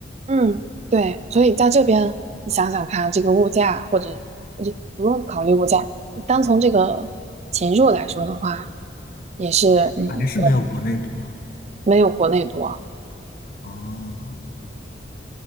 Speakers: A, on the right; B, on the left.
A: 嗯，对，所以在这边你想想看，这个物价或者呃就不用考虑物价，单从这个钱肉来说的话，也是嗯
B: 还是没有国内多
A: 没有国内多。
B: 啊。